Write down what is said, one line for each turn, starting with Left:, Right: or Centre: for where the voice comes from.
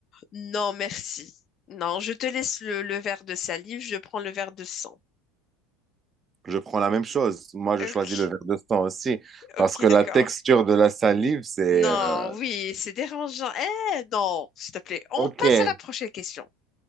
Left: Non, merci. Non, je te laisse le, le verre de salive, je prends le verre de sang.
Right: je prends la même chose. Moi, je
Left: Ok,
Right: choisis le verre de sang aussi parce
Left: ok,
Right: que
Left: d'accord.
Right: la texture de la salive, c'est
Left: Non,
Right: euh,
Left: oui, c'est dérangeant. Eh, non, s'il te plaît, on
Right: OK.
Left: passe à la prochaine question.